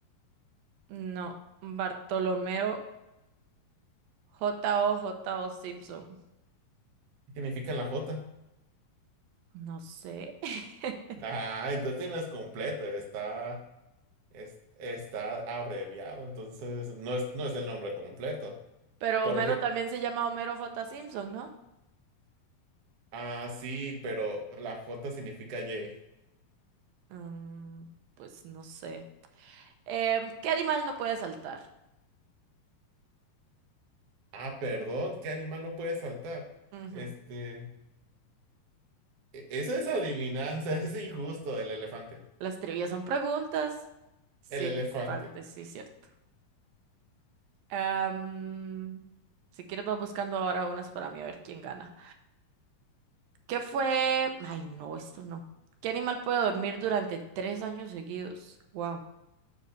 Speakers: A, on the right; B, on the right.
A: No, Bartolomeo J O J O Simpson.
B: ¿Qué significa en la J?
A: No sé. <laughs>
B: Ah, entonces no es completo, está, es- está abreviado, entonces no es, no es el nombre completo.
A: Pero
B: Por
A: Homero
B: ejemplo,
A: también se llama Homero J. Simpson, ¿no?
B: ah, sí, pero la J significa J.
A: Mm, pues no sé. Em, ¿qué animal no puede saltar?
B: Ah, perdón, ¿qué animal no puede saltar?
A: Ujú.
B: Este, e- esa es adivinanza, <laughs> es injusto, el elefante.
A: Las trivias son preguntas. Sí,
B: El elefante.
A: bastante, sí, cierto. Am, si quieres vas buscando ahora unas para mí a ver quién gana. ¿Qué fue? Ay, no, esto no. ¿Qué animal puede dormir durante tres años seguidos? Wow.